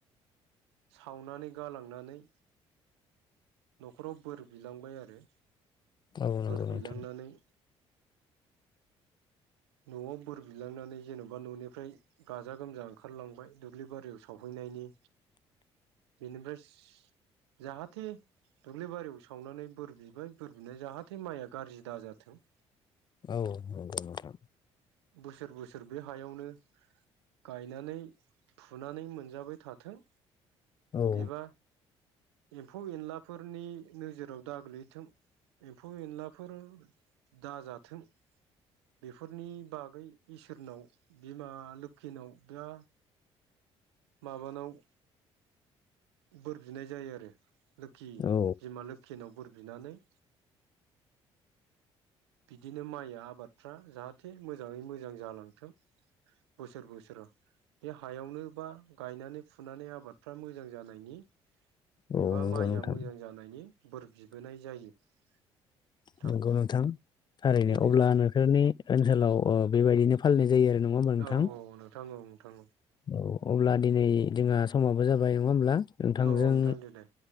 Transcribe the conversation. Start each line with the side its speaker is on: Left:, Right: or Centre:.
Right: सावनानै गालांनानै न'खराव बोर बिलांबाय आरो
Left: औ
Right: बोर
Left: नंगौ नोंथां
Right: बिलांनानै न'आव बोर बिलांनानै जेन'बा न'निफ्राय गाजा गोमजा ओंखारलांबाय दुब्लि बारियाव सावहैनायनि। बेनिफ्राय जाहाथे दुब्लिबारियाव सावनानै बोर बिबाय बोर बिना जाहाथे माइया गाज्रि दा जाथों।
Left: औ औ <unintelligible>
Right: बोसोर बोसोर बे हायावनो गायनानै फुनानै मोनजाबाय थाथों
Left: औ
Right: एबा एम्फौ एनलाफोरनि नोजोराव दाग गोलैथों एम्फौ एनलाफोर दाजाथों। बेफोरनि बागै इसोरनाव बिमा लोखिनाव बिरा माबानाव बोर बिनाय जायो आरो लोखि
Left: औ
Right: बिमा लोखिनाव बोर बिनानै बिदिनो माइ आबादफ्रा जाहाथे मोजाङै मोजां जालांथों। बोसोर बोसोर बे हायावनो बा गायनानै फुनानै आबादफ्रा मोजां जानाय नि
Left: औ
Right: एबा
Left: नंगौ
Right: माइया
Left: नोंथां
Right: मोजां जानायनि बोर बिबोनाय जायो। नोंथां
Left: नंगौ नांथां थारैनो
Right: बेनो
Left: अब्ला नोंसोरनि ओनसोलाव ओ बेबायदिनो फालिनाय जायो आरो नङा होमबा नोंथां?
Right: औ औ नोंथां औ नोंथां
Left: औ अब्ला दिनै जोंहा समाबो जाबाय नङा होमब्ला नोंथांजों
Right: औ औ नोंथां दे दे